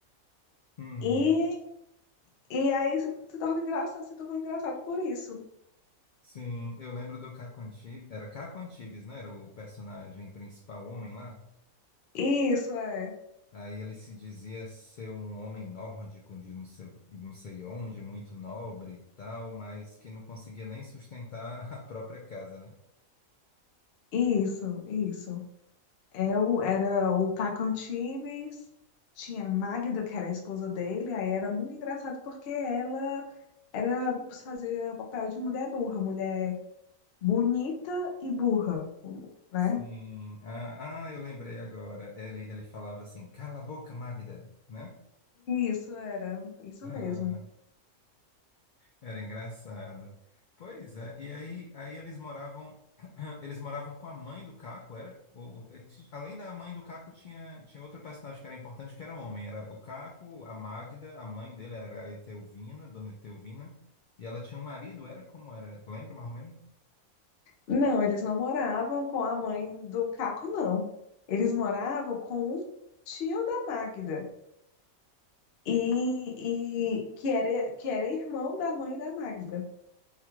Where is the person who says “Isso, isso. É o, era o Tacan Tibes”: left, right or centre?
Left